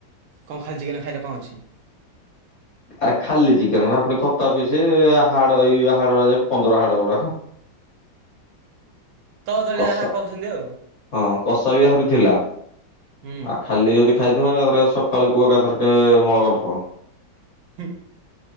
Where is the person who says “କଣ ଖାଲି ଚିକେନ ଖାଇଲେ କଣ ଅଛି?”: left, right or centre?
Right